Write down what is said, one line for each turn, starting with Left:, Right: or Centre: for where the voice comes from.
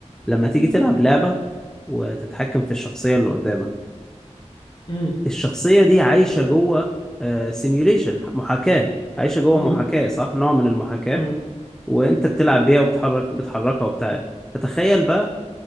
Centre: لما تيجي تلعب لعبة وتتحكم في الشخصية اللي قدامك
Left: امم
Centre: الشخصية دي عايشة جوه سيميوليشن محاكاة عايشة جوه
Left: امم
Centre: محاكاة صح نوع من المحاكاة
Left: امم
Centre: وانت بتلعب بيها وبتحرك بتحركها وبتاع فتخيل بقى